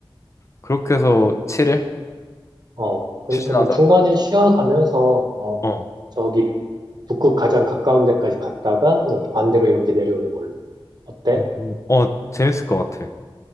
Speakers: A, on the left (about 30°); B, on the right (about 50°).
A: 그렇게 해서 7일
B: 어, 그러니까
A: 추진하자.
B: 뭐 중간에 쉬어가면서, 어,
A: 어,
B: 저기, 북극 가장 가까운 데까지 갔다가 이렇게 반대로 이렇게 내려오는 걸로. 어때?
A: 어, 어, 어, 재밌을 것 같아.